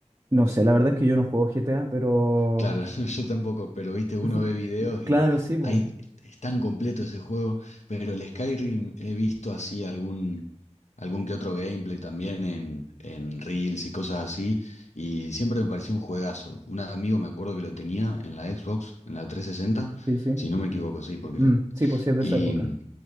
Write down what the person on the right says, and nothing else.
no sé, la verdad es que yo no juego GTA, pero
<laughs>
claro,
sí, pues,
sí, sí,
Mm, sí, pues sí es de
esa época.